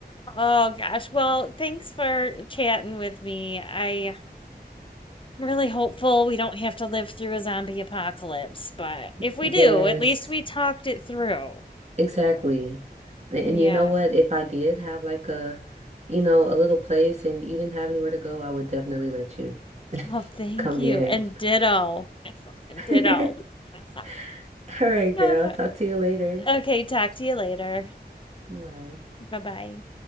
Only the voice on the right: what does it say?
Yes,
exactly. And
and you know what? If I did have like a, you know, a little place and you didn't have anywhere to go, I would definitely let you
come
get
it.
<laughs> All right, girl.
I'll talk to you later.
Bye.